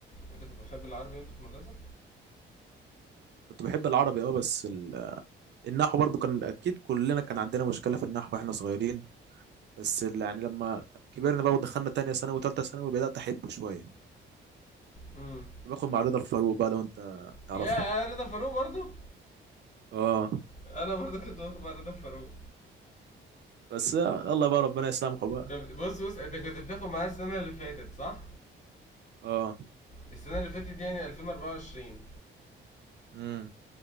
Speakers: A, on the left; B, on the right.
A: أنت كنت بتحب العربي وأنت في المدرسة؟
B: كنت بحب العربي اه بس ال... النحو برضو كان اكيد كلنا كان عندنا مشكله في النحو واحنا صغيرين بس ال- يعني لما كبرنا بقى ودخلنا تانية ثانوي وتالتة ثانوي بدات احبه شويه كنت
A: إمم.
B: باخد مع رضا الفاروق بقى لو انت تعرفه
A: ياه! رضا فاروق برضه!
B: اه
A: أنا برضه كنت باخد مع رضا فاروق.
B: بس يلا بقى ربنا يسامحه بقى
A: طب بُص، بُص أنت كنت بتاخد معاه السنة اللي فاتت صح؟
B: اه
A: السنة اللي فاتت دي يعني 2024
B: امم